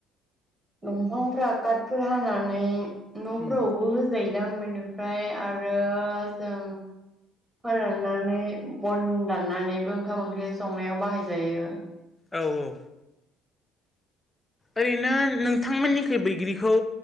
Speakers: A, on the right; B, on the left.
A: दंफांफ्रा काटफोर हानानै न'फोरावबो
B: उम
A: होजायोदां बेनिफ्राय आरो जों फोराननानै बन दाननानैबो ओंखाम ओंख्रि संनायाव बाहायजायो।
B: औ औ ओरैनो नोंथांमोननि थे बैग्रिखौ